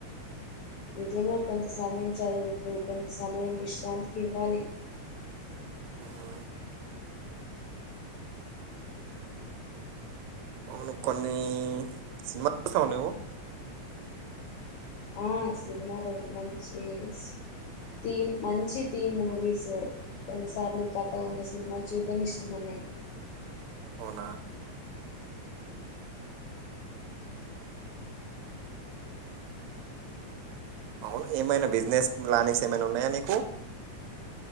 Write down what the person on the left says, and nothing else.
నిజమే కొంత సమయం చదువుతు, కొంత సమయం విశ్రాంతికి ఇవ్వాలి.
ఆ సినిమాలు మంచి స్ థీమ్ మంచి థీమ్ మూవీస్ కొన్నిసార్లు కథ ఉన్న సినిమాలు చూడడం ఇష్టం అన్నయ్య